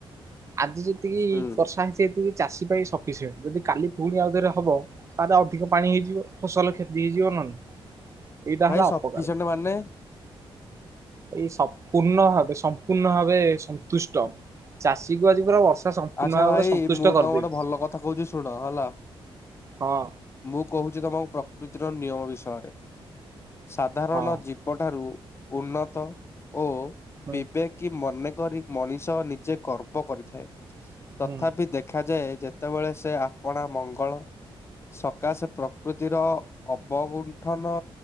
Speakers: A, on the right; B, on the left.
A: ଆଜି ଯେତିକି
B: ହୁଁ
A: ବର୍ଷା ହେଇଛି ସେତିକି ଚାଷୀ ପାଇଁ ସଫିଶେଣ୍ଟ ଯଦି କାଲି ପୁଣି ଆଉଥରେ ହବ ତାହେଲେ ଅଧିକ ପାଣି ହେଇଯିବ ଫସଲ କ୍ଷତି ହେଇଯିବ ନହେଲେ ଏଇଟା
B: ଭାଇ
A: ହେଲା
B: ସଫିସିଏଣ୍ଟ
A: ଅପକାର।
B: ମାନେ
A: ଏଇ ସମ୍ପୂର୍ଣ୍ଣ ଭାବେ ସମ୍ପୂର୍ଣ୍ଣ ଭାବେ ସନ୍ତୁଷ୍ଟ ଚାଷୀକୁ ଆଜି ପୁରା ବର୍ଷା ସମ୍ପୂର୍ଣ୍ଣ
B: ଆଚ୍ଛା
A: ଭାବରେ
B: ଭାଇ
A: ସନ୍ତୁଷ୍ଟ
B: ମୁଁ
A: କରିଦେଇଛି
B: ତମକୁ ଗୋଟେ ଭଲ କଥା କହୁଛି ଶୁଣ ହେଲା।
A: ହଁ।
B: ମୁଁ କହୁଛି ତମକୁ ପ୍ରକୃତିର ନିୟମ ବିଷୟରେ ସାଧାରଣ
A: ହଁ।
B: ଜୀବ ଜୀବଠାରୁ ଉନ୍ନତ ଓ
A: ହୁଁ
B: ବିବେକ୍ କି ମନେକରି ମଣିଷ ନିଜେ ଗର୍ବ କରିଥାଏ
A: ହୁଁ
B: ତଥାପି ଦେଖ ଦେଖାଯାଏ ଯେତେବେଳେ ସେ ଆପଣା ମଙ୍ଗଳ ସକାସେ ପ୍ରକୃତିର ଅବଗୁଣ୍ଠନ